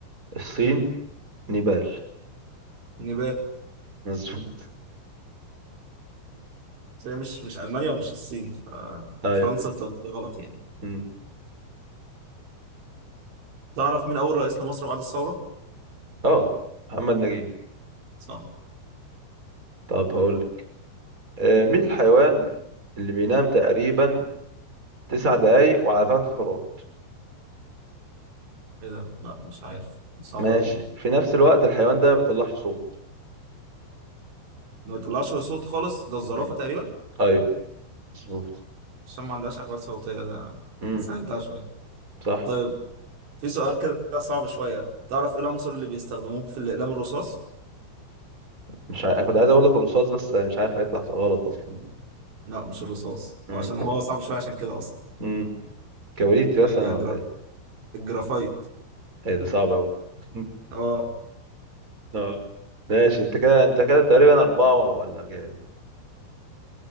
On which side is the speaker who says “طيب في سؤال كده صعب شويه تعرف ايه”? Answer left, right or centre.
Right